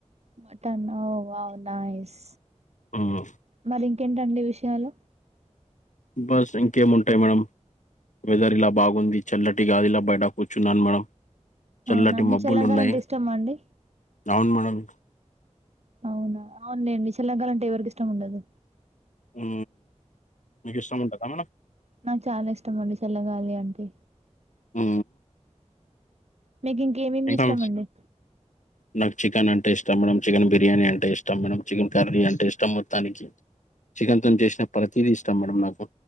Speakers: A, on the right (about 60°); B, on the left (about 85°).
A: మటన్ వావ్ నైస్
B: ఉమ్,
A: మరి ఇంకేంటండి విషయాలు
B: బస్ ఇంకేముంటాయి మేడంమ్ వెదర్ ఇలా బాగుంది చల్లటిగాలిల ఇలా బయట కూర్చున్నాను మనం చల్లటి
A: అవునా మీకు
B: మబ్బులు
A: చల్లగాలి
B: ఉన్నాయి
A: అంటే ఇష్టమా అండి
B: అవును మేడమ్
A: అవునా అవులేండి చల్లగాలి అంటే ఎవరికి ఇష్టం ఉండదు
B: ఉ మీకు ఇష్టం ఉంటాదా మేడమ్
A: నాకు చాలా ఇష్టం అండి చల్లగాలి అంటే
B: ఉ
A: మీకు ఇంకేమేమి
B: ఇంకా
A: ఇష్టండీ
B: నాకు చికెన్ అంటే ఇష్టం మేడం చికెన్ బిర్యానీ అంటే ఇష్టం మేడం చికెన్ కర్రీ అంటే ఇష్టం మొత్తానికి చికెన్ తో చేసిన ప్రతీదీ ఇష్టాం మేడం నాకు